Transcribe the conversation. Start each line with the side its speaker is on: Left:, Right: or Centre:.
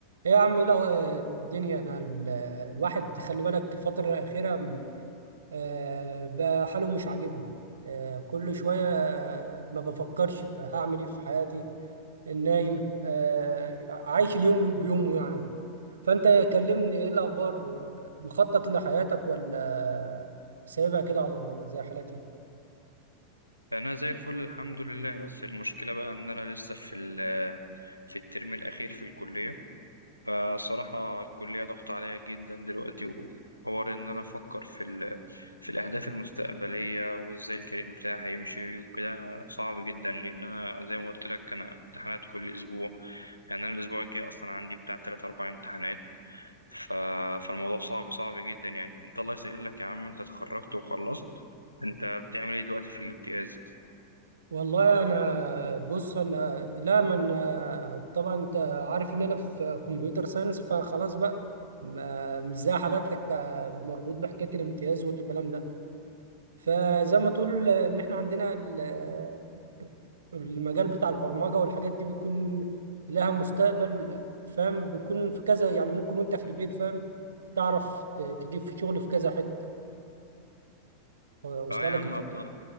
Right: ايه يا عم ايه الأخ- آه، الدنيا انا ال- آه، الواحد خلي بالك الفترة الأخيرة م، آه، بقى حاله مش عاجبني آه، كل شوية آه، ما بفكرش في هعمل ايه في حياتي النايم آه، عايش اليوم بيومه يعني فأنت كلمني ايه الأخبار مخطط لحياتك ولا سايبها كده على الله زي حالتي
Left: انا زي الفل الحمد لله بس المشكله بقى ان انا لسه في ال- في الترم الاخير في الكليه فصراحه الكليه ضغط عليا جدا دلوقتي وحوار ان انا افكر في ال... في الاهداف المستقبليه وازاي الكارير بتاعي هيمشي وكده صعب جدا لان انا زي ما قلت لك انا امتحانات كل اسبوع يعني انا الاسبوع الجاي اصلا عندي بتاع 3 4 امتحانات ف... فالموضوع صعب صعب جدا يعني انت الله يسهل لك يا عم انت اتخرجت وخلصت انت بتعمل ايه دلوقتي في الامتياز
Right: والله انا بص انا لا من طبعا انت عارف ان انا في كمبيوتر ساينس فخلاص بقى ما- مش زي حالاتك آه، مربوط بحكايه الامتياز والكلام ده فزي ما تقول آه، ان احنا عندنا ال- المجال بتاع البرمجه والحاجات دي بيكون لها مستقبل فاهم بيكون في كذا يعني ممكن وانت في البيت فاهم تعرف ت- تجيب في شغل في كذا حته واصله
Left: اه يا
Right: لك
Left: عم
Right: الفكره
Left: اه